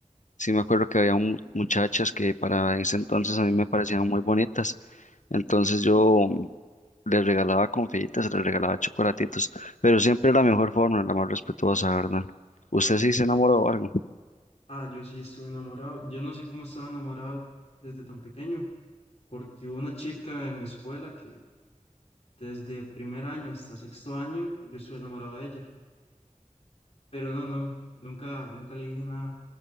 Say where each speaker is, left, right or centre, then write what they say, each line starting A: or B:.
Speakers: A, on the left; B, on the left.
A: sí me acuerdo que había mu- muchachas que para ese entonces a mí me parecían muy bonitas, entonces yo mm, les regalaba confititas, les regalaba chocolatitos, pero siempre la mejor forma, la más respetuosa, ¿verdad? ¿Usted
B: Obvio,
A: sí
B: sí.
A: se enamoró o algo?
B: Ah, yo sí estuve enamorado. Yo no sé cómo estaba enamorado desde tan pequeño porque hubo una chica en mi escuela que desde primer año hasta sexto año yo estuve enamorado de ella, pero no, no, nunca, nunca le dije nada.